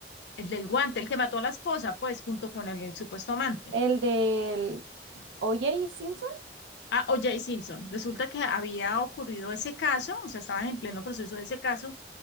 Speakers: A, on the left (about 75°); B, on the right (about 85°).
A: el del guante, el que mató a la esposa, pues, junto con el, el supuesto amante.
B: el del O.J. Simpson.
A: Ah, O.J. Simpson. Resulta que había ocurrido ese caso, o sea, estaban en pleno proceso de ese caso,